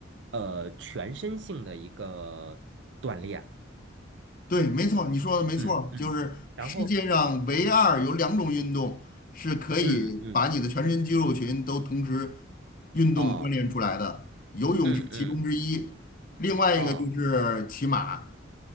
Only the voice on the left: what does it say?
对，没错，你说的没错，
就是世界上唯二有两种运动是可以把你的全身肌肉群都同时
运动锻炼出来的，
游泳是其中之一，
另外一个就是骑马，